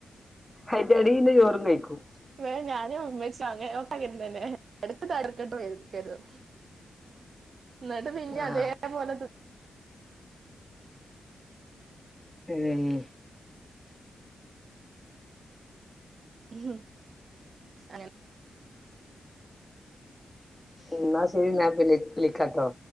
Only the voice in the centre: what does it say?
അയിന്റെ എടീന്ന് ചോറും കഴിക്കും.
ആഹ്
ഉം
ഉം ന്നാ ശരി ഞാൻ പിന്നെ വിളിക്കാട്ടോ.